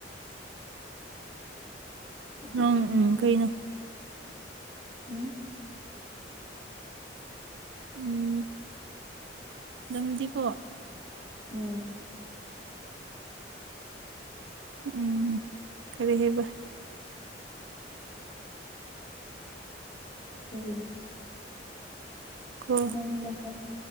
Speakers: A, on the left; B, on the right.
A: ꯑꯗꯨꯗꯤ
B: ꯅꯪ
A: ꯆꯠꯅꯤꯡꯗꯦ
B: ꯎꯝ ꯀꯩꯅꯣ?
A: ꯎꯝ꯫
B: ꯎꯝ ꯅꯪꯗꯤꯀꯣ꯫
A: ꯎꯝ꯫
B: ꯎꯝ ꯀꯔꯤ ꯍꯥꯢꯕ?
A: ꯀꯔꯤ?
B: ꯀꯣ
A: ꯅꯪ ꯅꯍꯥꯟ